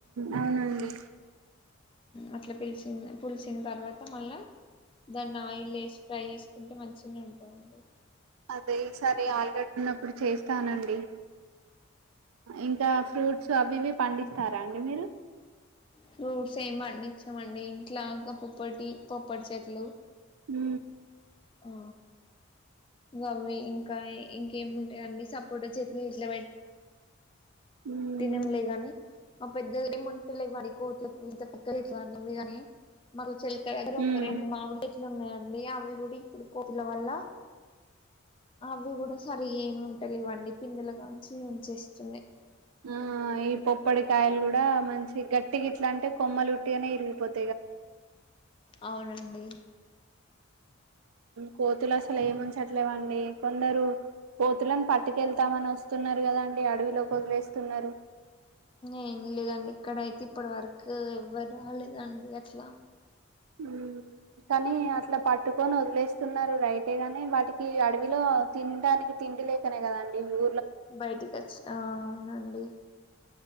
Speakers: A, on the right (about 85°); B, on the left (about 25°).
A: అవునండి
B: అట్ల పిలిచింద పులిసిన తర్వాత మళ్ళా దాన్ని ఆయిల్ వేసి ఫ్రై చేసుకుంటే మంచినె ఉంటాదండి
A: అదే సరే ఆలుగడ్డ ఉన్నప్పుడు చేస్తానండి ఇంక ఫ్రూట్స్ అవి ఇవి పండిస్తారా అండి మీరు
B: ఫ్రూట్స్ ఏమి పండించమండి ఇంట్ల పొప్పటి పొప్పటి చెట్లు
A: మ్
B: ఆ అవ్వె ఇంక ఇంకేముంటాయండి సపోటా చెట్లు ఇంట్లా పెట్
A: ఉమ్
B: తినంలే గాని ఆ పెద్దగా ఏమింటలే కానీ కోట్ల పక్కట్ల అనేవి కానీ మాకు చిలక్గర ఒక
A: ఉమ్
B: రెండు మామిడి లు ఉన్నాయండి అవి కూడ ఇప్పుడు కోతుల వల్ల అవి కూడ సరిగ్గా ఏమి ఉంటాయి వండి పిండిలు కాంచి చేేస్తుంది
A: ఆ ఈ పొప్పడికాయలు కూడా మంచి గెట్టిగ ఇట్ల అంటే కొమ్మలుట్టిగానే ఇరిగిపోతయి
B: అవునండి
A: కోతులు అసలు ఏముంచట్లేదండి కొందరు కోతులను పట్టుకెళ్తామన్న వస్తున్నారు కదా అండి అడవిలో వదిలేస్తున్నారు
B: ఏం లేదండి ఇక్కడ అయితే ఇప్పటి వరకు ఎవ్వరు రాలేదండి అట్లా
A: మ్ కనీ అట్ల పట్టుకొని వదిలేస్తున్నారు రైటే గాని వాటికి అడవిలో తినడానికి ఉండి లేకనే కదండి ఊ
B: బయటికి వచ్చినా అవునండి